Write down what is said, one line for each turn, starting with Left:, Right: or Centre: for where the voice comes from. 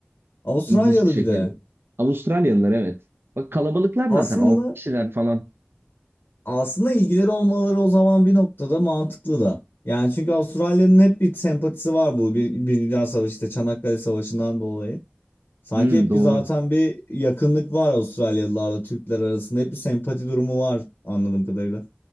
Left: Avustralyalı
Right: İlginç bir şekilde.
Left: bir de.
Right: Avustralyalılar evet. Bak kalabalıklar
Left: Aslında
Right: zaten Altı kişiler falan.
Left: Aslında ilgileri olmaları o zaman bir noktada mantıklı da. Yani çünkü Avustralya'nın hep bir sempatisi var bu bir, bir Dünya Savaşı işte Çanakkale Savaşı'ndan dolayı. Sanki
Right: Hmm,
Left: hep
Right: doğru.
Left: bir zaten bir yakınlık var Avustralyalılarla Türkler arasında hep bir sempati durumu var anladığım kadarıyla.